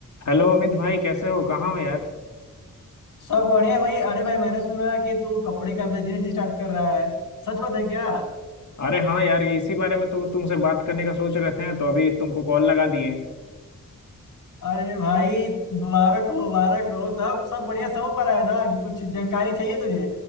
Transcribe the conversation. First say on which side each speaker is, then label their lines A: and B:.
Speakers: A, on the left (about 60°); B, on the left (about 75°).
A: Hello Amit भाई कैसे हो कहाँ हो यार
B: सब बढ़िया भाई अरे भाई मैंने सुना कि तू कपड़े का बिजनेस स्टार्ट कर रहा है सच बात है क्या
A: अरे हाँ यार इसी बारे में तुम तुमसे बात करने का सोच रहे थे तो अभी तुमको कॉल लगा दिए
B: अरे भाई मुबारक हो मुबारक हो तब सब बढ़िया समझ पा रहा है ना कि कुछ जानकारी चाहिए तुझे